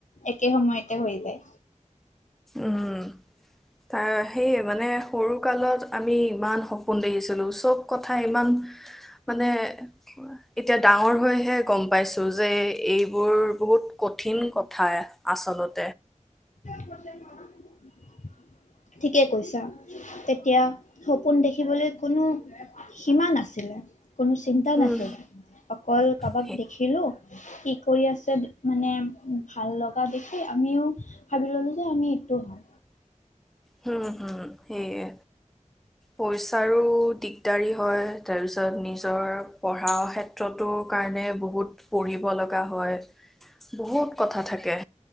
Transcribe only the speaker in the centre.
উম তাৰ সেইয়ে মানে সৰু কালত আমি ইমান সপোন দেখিছিলোঁ। চব কথা ইমান মানে এতিয়া ডাঙৰ হৈহে গম পাইছো যে এইবোৰ বহুত কঠিন কথা। আচলতে
উম
সেই
হম হুম। সেয়ে পইচাৰো দিগদাৰি। হয়। তাৰপিছত নিজৰ পঢ়াৰ ক্ষেত্ৰতো কাৰণে বহুত পঢ়িব লগা হয়। বহুত কথা থাকে।